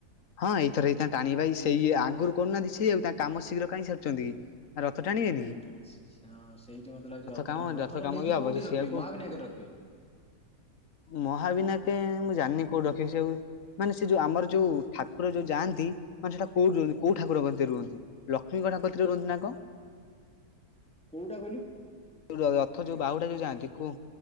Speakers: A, on the left; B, in the centre.
A: ହଁ ଏଇଥର ସେଇ ତା ଟାଣିବା ଭାଇ ସେଇ ଆଗରୁ କରୁନାହାନ୍ତି ସେ ଆଉ ତାଙ୍କ କାମ ଶୀଘ୍ର କାଇଁ ସାରୁଛନ୍ତି କି? ରଥ ଟାଣିବେନି
B: ହୁଁ
A: କି?
B: ହଁ ସା ସେଇଠି ମତେ ଲାଗୁଛି ରଥ
A: କାମ
B: ଟଣା ରଥ ଟା
A: କାମ
B: ନେଇକି
A: ବି ହବ
B: କୋଉଠି
A: ସେ
B: ରଖିବେ
A: ସେଇଆକୁ
B: ମାହା ବିନାୟକ ରଖିବେ?
A: ମହାବିନାୟକେ ମୁଁ ଜାଣିନି କୋଉଠି ରଖିବି ସେଉ ମାନେ ସେ ଯୋଉ ଆମର ଯୋଉ ଠାକୁର ଯୋଉ ଯାଆନ୍ତି ମାନେ ସେଇଟା କୋଉ ରୁହନ୍ତି କୋଉଠାରଙ୍କ କତିରେ ରୁହନ୍ତି? ଲକ୍ଷ୍ମୀ କଥା କହିଥିଲି ତତେ ନା କଣ?
B: କୋଉଟା କହିଲୁ?
A: ରଥ ଯୋଉ ବାହୁଡା ଯୋଉ ଯାଆନ୍ତି କୁ